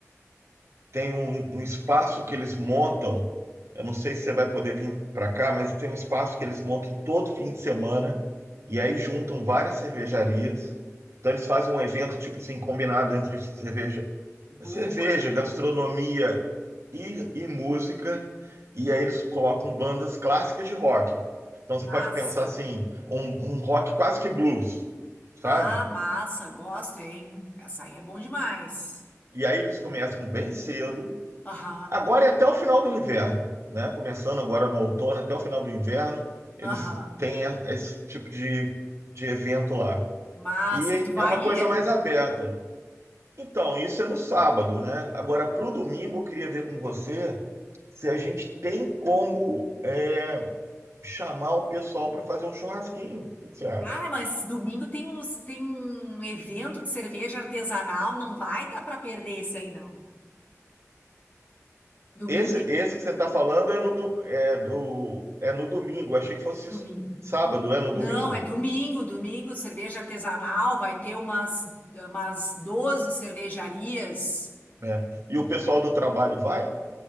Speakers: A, on the right; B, on the left.
A: tem um, um espaço que eles montam. Eu não sei se você vai poder vir para cá, mas tem um espaço que eles montam todo fim de semana e aí juntam várias cervejarias. Então eles fazem um evento tipo assim combinado entre cerveja,
B: Boa,
A: cerveja, gastronomia e, e música. E aí eles colocam bandas clássicas de rock. Então
B: massa.
A: você pode pensar assim, um, um rock quase que blues, sabe?
B: Ah, massa, gosto, hein? Essa aí é bom demais.
A: E aí eles começam bem cedo.
B: Aham,
A: Agora é até o final do inverno, né? Começando agora no outono, até o final do inverno, eles
B: aham.
A: têm esse tipo de, de evento lá.
B: Massa,
A: E
B: e tu vai
A: é uma
B: ir?
A: coisa mais aberta. Então, isso é no sábado, né? Agora, para o domingo, eu queria ver com você se a gente tem como é, chamar o pessoal para fazer um churrasquinho. O que você acha?
B: Cara, mas domingo tem um, tem um evento de cerveja artesanal, não vai dar pra perder esse aí, não. Domingo,
A: Esse,
B: tem-
A: esse que você está falando é no, do, é, do, é no domingo. Achei que fosse
B: domingo.
A: sábado, é no
B: Não,
A: domingo?
B: é domingo, domingo, cerveja artesanal, vai ter umas, umas 12 cervejarias.
A: É. E o pessoal do trabalho vai?